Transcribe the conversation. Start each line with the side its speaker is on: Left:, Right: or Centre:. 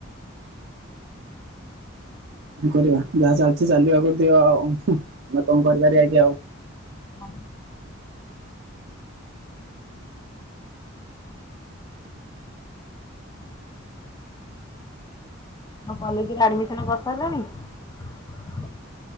Right: କଣ କରିବା ଯାହା ଚାଲିଚି ଚାଲିବାକୁ ଦିଅ ଆଉ ଆମେ କଣ କରିପାରିବା କି ଆଉ।
Left: ମମି। ଆଉ କଲେଜରେ ଆଡିମିସନ କରିସାରିଲଣି?